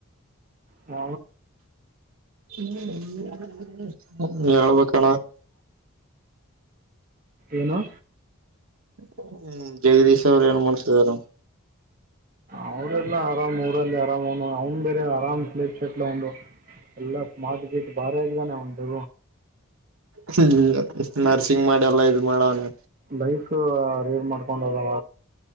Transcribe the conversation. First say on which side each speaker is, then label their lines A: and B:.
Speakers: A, on the right; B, on the right.
A: ಹ.
B: <unintelligible> <inaudible>
A: ಏನು.
B: ಹ್ಮ್ ಜಗದೀಶ್ ಅವರು ಏನ್ ಮಾಡ್ತಿದಾರ.
A: ಅವದೆಲ್ಲ ಆರಾಮ್ ಊರಲ್ಲಿ ಆರಾಮ ಅವನು ಅವನ್ ಬೇರೆ ಆರಾಮ್ ಸ್. ಉು ಎಲ್ಲ ಮಾ ಗಿಟ್ ಭಾರಿ ಆಗಿದಾನೆ ಒಂಟು.
B: ಹ್ಮ ನರ್ಸಿಂಗ್ ಮಾಡಿ ಎಲ್ಲಾ ಇ ಮಾಡವನ.
A: ಲೈಫ ಅದೇರ್ ಮಾಡ್ಕೊಂಡ ಹೋದ.